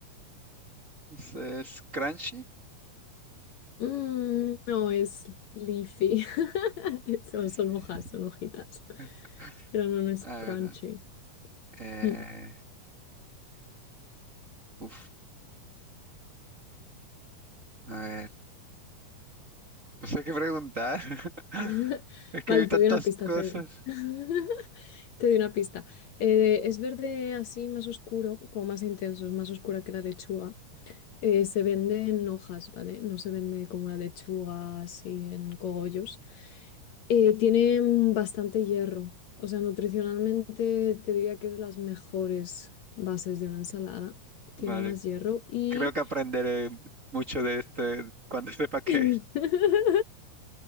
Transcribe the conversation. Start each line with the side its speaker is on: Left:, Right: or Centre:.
Right: no sé, es crunchy.
Left: Mm, no, es leafy. <laughs> Son,
Right: Y
Left: son
Right: sí.
Left: hojas, son hojitas.
Right: <laughs>
Left: Pero no, no es
Right: Ah,
Left: crunchy.
Right: verdad. Eh,
Left: Mm.
Right: uf, a ver. No sé qué preguntar. <laughs>
Left: <laughs>
Right: Es que
Left: Vale,
Right: hay tantas
Left: te doy una pista.
Right: cosas.
Left: Te... <laughs> Te doy una pista. Eh, es verde así más oscuro, como más intenso, es más oscura que la lechuga. Eh, se vende en hojas, ¿vale? No se vende como la lechuga, así en cogollos. Eh, tiene mm, bastante hierro. O sea, nutricionalmente te diría que es las mejores bases de una ensalada. Tiene
Right: Vale.
Left: más hierro y...
Right: Creo que aprenderé mucho de este cuando <laughs> sepa qué.
Left: <laughs>
Right: es.